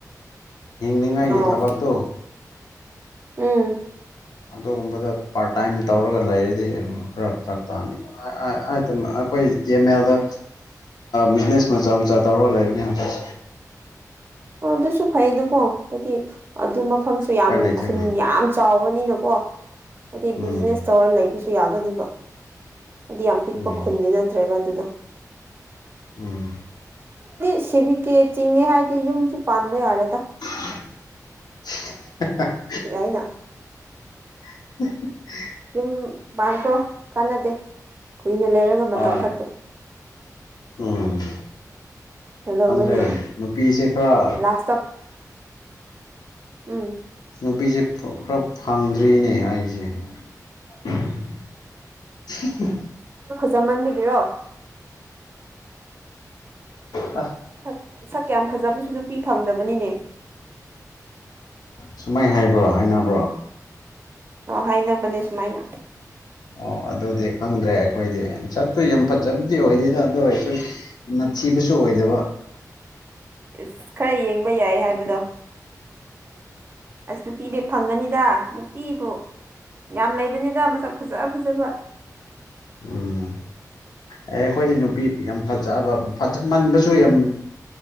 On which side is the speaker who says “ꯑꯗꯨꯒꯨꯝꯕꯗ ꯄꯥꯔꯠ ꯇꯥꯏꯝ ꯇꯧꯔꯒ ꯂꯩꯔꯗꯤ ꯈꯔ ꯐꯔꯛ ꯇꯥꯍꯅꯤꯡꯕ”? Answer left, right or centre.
Left